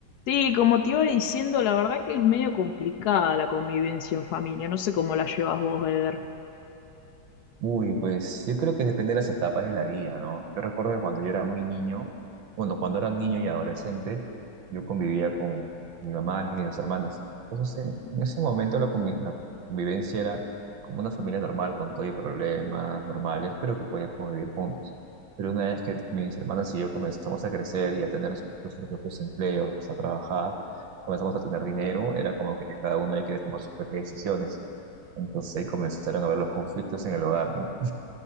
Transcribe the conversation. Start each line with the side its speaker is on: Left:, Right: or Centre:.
Left: Sí, como te iba diciendo, la verdad que es medio complicada la convivencia en familia. No sé cómo la llevas vos, Eder.
Right: Uy, pues yo creo que depende de las etapas de la vida, ¿no? Yo recuerdo que cuando yo era muy niño, bueno, cuando era niño y adolescente, yo convivía con mi mamá y mis dos hermanas. Entonces, en en ese momento la, convi- la convivencia era como una familia normal, con todo y problemas normales, pero que podíamos vivir juntos. Pero una vez que mis hermanas y yo comenzamos a crecer y a tener nos- nuestros propios empleos, a trabajar, comenzamos a tener dinero, era como que cada uno ya quería tomar sus propias decisiones. Entonces ahí comenzaron a haber los conflictos en el hogar, ¿no?